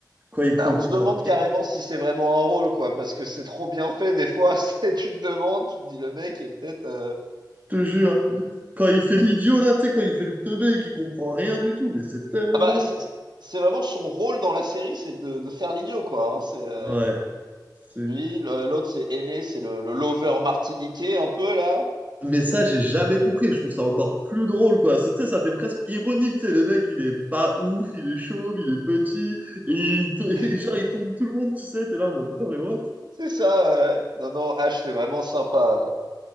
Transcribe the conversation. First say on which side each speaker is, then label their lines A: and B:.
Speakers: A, on the right (about 20°); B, on the right (about 75°).
A: Quand il
B: bah,
A: comprend,
B: on se demande carrément si c'est vraiment un rôle, quoi, parce que c'est trop bien fait, des fois, <laughs> c'est, tu te demandes, tu te dis, le mec est peut-être, euh,
A: je te jure. Quand il fait l'idiot, là, tu sais, quand il fait le teubé et qu'il comprend rien du tout, mais c'est tellement
B: ah bah,
A: drôle.
B: c'est c'est vraiment son rôle dans la série, c'est de, de faire l'idiot, quoi, hein, c'est, euh,
A: Ouais. c'est-
B: lui, le- l'autre, c'est Aimé, c'est le, le lover martiniquais, un peu, là,
A: Mais ça, j'ai jamais compris. Je trouve ça encore plus drôle, quoi. C'est- Tu sais, ça fait presque ironique, tu sais. Le mec, il est pas ouf, il est chauve, il est petit, et, il to- <laughs>
B: <laughs>
A: et genre, il tombe tout le monde, tu sais. T'es là en mode, non, mais what?
B: c'est ça, euh, non, non, H, c'est vraiment sympa.